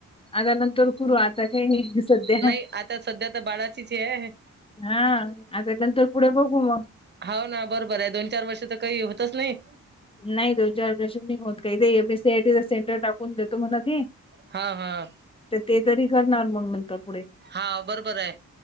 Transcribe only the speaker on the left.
आल्या नंतर करू आता काय नाही. सध्या
हा अग नंतर पुढ बघू म
नाय दोन चार <unintelligible> होत काही ते M S C I T centre टाकू कोन देतो मला ते,
ते तरी करणार मंग नंतर पुढे.